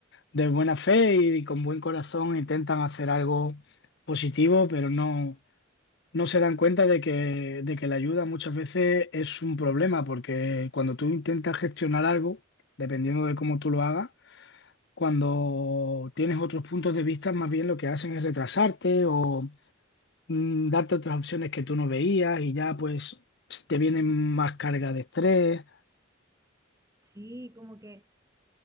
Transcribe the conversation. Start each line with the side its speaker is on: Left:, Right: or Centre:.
Left: de buena fe y con buen corazón intentan hacer algo positivo, pero no, no se dan cuenta de que, de que la ayuda muchas veces es un problema, porque cuando tú intentas gestionar algo, dependiendo de cómo tú lo hagas, cuando tienes otros puntos de vista, más bien lo que hacen es retrasarte o mm, darte otras opciones que tú no veías y ya pues te vienen más carga de estrés.
Right: Sí, como que,